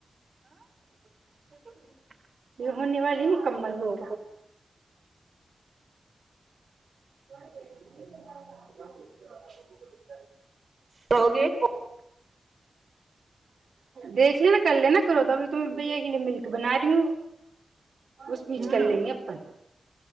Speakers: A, on the right (about 40°); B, on the right (about 75°).
A: <inaudible>
B: یہ ہونے والی مکمل
A: کرو
B: میں ان کا <inaudible>
A: روگی
B: دیکھ لینا کر لینا کرو تبھی ت میں بھیا کے لیے ملک بنا رہی ہوں اس بیچ
A: ہوں
B: کر لیں گے اپن